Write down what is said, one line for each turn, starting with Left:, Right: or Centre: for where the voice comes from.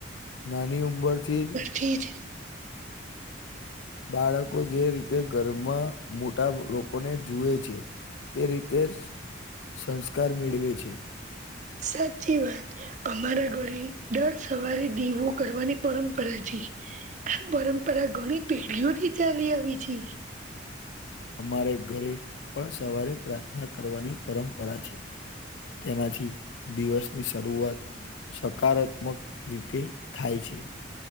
Left: નાની ઉંમરથી
Right: થી જ
Left: બાળકો જે રીતે ઘરમાં મોટા લોકોને જુએ છે. તે રીતેજ સંસ્કાર મેળવે છે.
Right: સાચી વાત અમારા ઘરે, દર સવારે દીવો કરવાની પરંપરા છે. આ પરંપરા ઘણી પેઢીઓથી ચાલી આવી છે.
Left: અમારે ઘરે પણ સવારે પ્રાર્થના કરવાની પરંપરા છે. તેનાથી દિવસની શરૂઆત સકારાત્મક રીતે થાય છે.